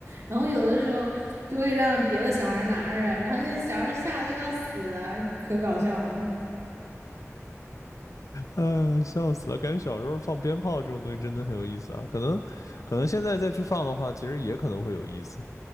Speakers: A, on the right (about 70°); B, on the left (about 85°).
A: 然后有的时候就会让别的小孩儿拿着，然后那小孩儿吓得要死啊，可搞笑了。
B: 嗯，笑死了！感觉小时候放鞭炮这种东西真的很有意思啊。可能，可能现在再去放的话，其实也可能会有意思。